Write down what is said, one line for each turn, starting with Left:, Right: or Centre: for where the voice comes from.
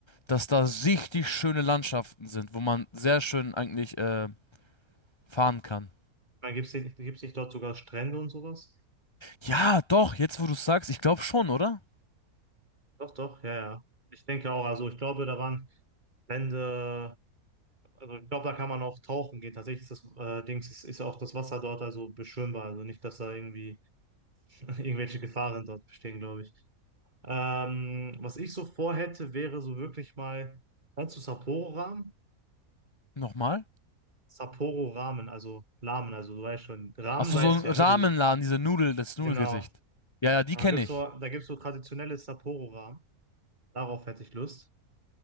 Left: dass da richtig schöne Landschaften sind, wo man sehr schön eigentlich äh, fahren kann.
Right: Man gibt es nicht, gibt's nicht dort sogar Strände und sowas?
Left: Ja, doch, jetzt wo du es sagst, ich glaube schon, oder?
Right: Doch, doch, ja, ja. Ich denke auch, also ich glaube, da waren Strände, also ich glaube, da kann man auch tauchen gehen. Tatsächlich ist das äh, Dings, ist, ist auch das Wasser dort also beschwimmbar, also nicht, dass da irgendwie <laughs> irgendwelche Gefahren dort bestehen, glaube ich. Ähm, was ich so vorhätte, wäre so wirklich mal, kennst du Sapporo-Ramen?
Left: Nochmal?
Right: Sapporo-Ramen, also Ramen, also du weißt schon, Ramen
Left: Achso,
Right: weißt
Left: so so
Right: du ja,
Left: ein Ramenladen,
Right: ne? Diese,
Left: diese Nudel, das
Right: genau.
Left: Nudelgericht. Ja, ja, die
Right: Da
Left: kenne
Right: gibt's
Left: ich.
Right: so, da gibt's so traditionelle Sapporo-Ramen. Darauf hätte ich Lust.